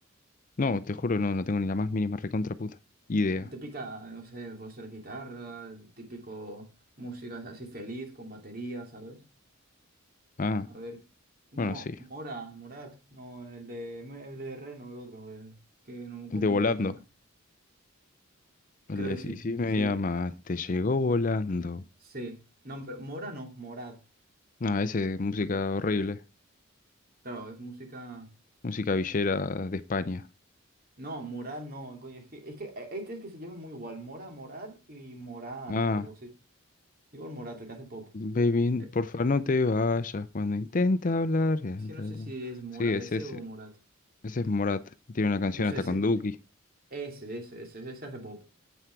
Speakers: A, on the left (about 40°); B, on the right (about 45°).
A: No, te juro, no, no tengo ni la más mínima recontra puta idea.
B: La típica, no sé, puede ser guitarra, el típico música así feliz, con batería, ¿sabes?
A: Ah,
B: A ver, Mo-
A: bueno, sí.
B: Mora, Morat, no, el de, el de Reno, el otro, el, que no
A: De
B: confundo
A: volando.
B: los cantantes. Creo
A: El de
B: que
A: si,
B: sí,
A: si me
B: sí,
A: llama, te llegó volando.
B: sí. No, pero Mora no, morad
A: Ah, ese, música horrible.
B: Claro, es música...
A: Música villera de España.
B: No, Morad no, coño, es que, es que hay hay tres que se llaman muy igual, Mora, Morad y Morat
A: Ah.
B: o algo así. Igor Morat, el que hace pop.
A: Baby,
B: Eh,
A: por favor no te vayas cuando intenta hablar. ya
B: Es
A: está,
B: que no sé
A: ¿no?
B: si es Mora
A: Sí, es
B: ese
A: ese.
B: o Morat.
A: Ese es Morat. Tiene una canción
B: Pues
A: hasta
B: ese.
A: con Duki.
B: Ese, ese, ese, ese hace pop.